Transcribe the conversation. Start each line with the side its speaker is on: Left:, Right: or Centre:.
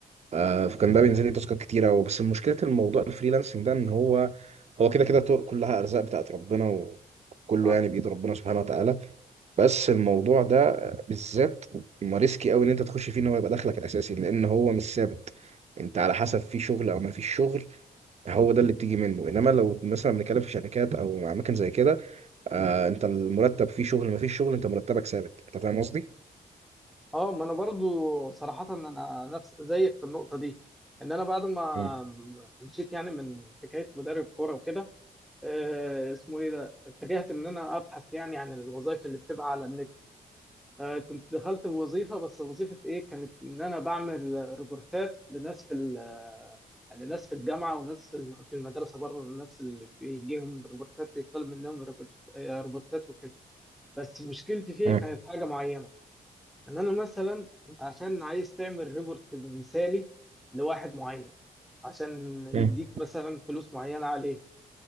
Right: آه، فكان ده بينزل لي تاسكات كتيرة وبس مشكلة الموضوع الفريلانسنج ده ان هو هو كده كده طرق كلها ارزاق بتاعت ربنا وكله
Centre: صح
Right: يعني بايد ربنا سبحانه وتعالى بس الموضوع ده بالذات ما ريسكي قوي ان انت تخش فيه ان هو يبقى دخلك الاساسي لان هو مش ثابت انت على حسب في شغل او ما فيش شغل هو ده اللي بتيجي منه انما لو مثلا بنتكلم في شركات او اماكن زي كده آه انت المرتب فيه شغل ما فيش شغل انت مرتبك ثابت انت فاهم قصدي؟
Centre: اه ما انا برضو صراحة انا نفس زيك في النقطة دي ان انا بعد ما
Right: مم.
Centre: مشيت يعني من حكاية مدرب كورة وكده آه اسمه ايه ده اتجهت ان انا ابحث يعني عن الوظائف اللي بتبقى على النت آه كنت دخلت بوظيفة بس وظيفة ايه كانت ان انا بعمل ريبورتات لناس في ال- آه، لناس في الجامعة وناس في الم- في المدرسة بره الناس اللي بيجيهم ريبورتات بيطلب منهم ريبورت- آه، ريبورتات وكده بس مشكلتي فيها
Right: مم.
Centre: كانت حاجة معينة ان انا مثلا انت عشان عايز تعمل ريبورت مثالي لواحد معين عشان يديك
Right: مم.
Centre: مثلا فلوس معينه عليه